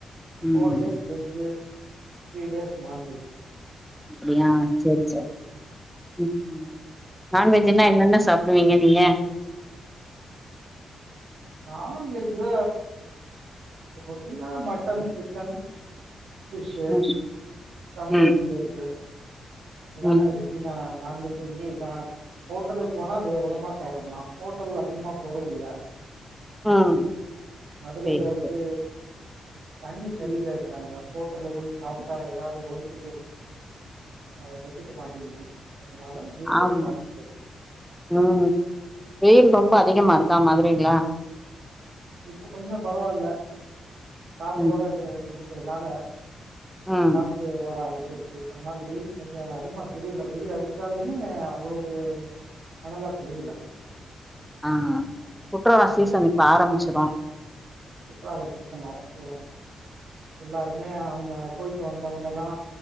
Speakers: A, in the centre; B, on the right.
A: ம்
B: போர் days veg three days non veg
A: அப்டியா சேரி சேரி
B: இருக்கு
A: ம் நான்வெஜ்ன்னா
B: ம்
A: என்னென்ன சாப்டுவீங்க நீங்க
B: நான்வெஜ்ல ரொட்டினா மட்டன் சிக்கன் பிஷ்சு
A: ம்
B: சம்டைம்ஸ்
A: ம்
B: எக்கு இத தான
A: ம்
B: ரொட்டினா நான்வெஜ் வந்து இத்தனா ஹோட்டலுக்கு போனா வித விதமா சாப்டலா ஹோட்டல் அதிகமா போறது இல்ல
A: ம்
B: மதுரைல
A: சேரி
B: வந்து
A: சேரி
B: தண்ணி சரியில்லைன்றாங்க
A: ம்
B: ஹோட்டல்ல போய் சாப்ட்டா ஏதாவது வயித்துக்கு அ ஒத்துக்க மாட்டுங்குது அதனால வீட்லயே
A: ஆமா
B: சாப்ட்டுகிறது
A: ம் வெயில் ரொம்ப அதிகமா இருக்கா மதுரைல்ல
B: இப்போ கொஞ்சம் பரவால காத்தோட
A: ம்
B: இருக்கறனால
A: ம்
B: காத்து வர ஆரம்பிச்சுருச்சு அதனால வெயில் கொஞ்சோ அதிகமா தெரியல வெயில் அடிச்சாலுமே அவ்வளவு அனால்ல தெரில
A: அ குற்றலாம்
B: ம்
A: சீசன் இப்ப ஆரம்பிச்சிரும்
B: குற்றால சீசன் ஆரம்பிச்சிருவான் எல்லாருமே அங்க போய்ட்டு வந்தவங்க எல்லா